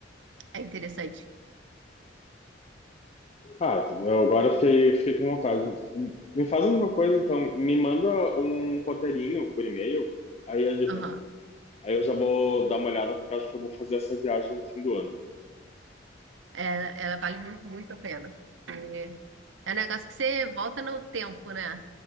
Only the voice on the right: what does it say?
É interessante.
Aham.
Ela, ela vale muito, muito a pena. É, é um negócio que você volta no tempo, né?